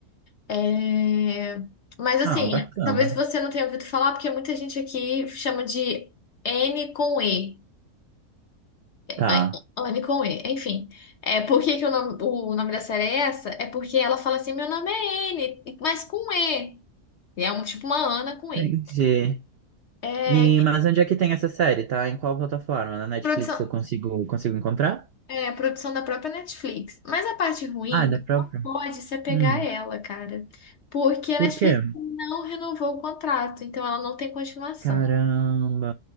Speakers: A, on the left (about 60°); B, on the right (about 80°).
A: É, Mas assim,
B: Ah, bacana.
A: talvez você não tenha ouvido falar, porque muita gente aqui chama de N com E.
B: Tá.
A: É, N com E, enfim. É, por que que o nome, o nome da série é essa? É porque ela fala assim, meu nome é N, mas com E. E é um, tipo uma Ana com
B: Entendi.
A: E. É,
B: E mas onde é que tem essa série? Tá? Em qual plataforma? Na Netflix
A: produção,
B: eu consigo consigo encontrar?
A: é, produção da própria Netflix. Mas a parte ruim,
B: Ah, é da
A: você
B: própria.
A: não pode se apegar
B: Hum.
A: a ela, cara. Porque a
B: Por
A: Netflix
B: quê?
A: não renovou o contrato, então ela não tem continuação.
B: Caramba.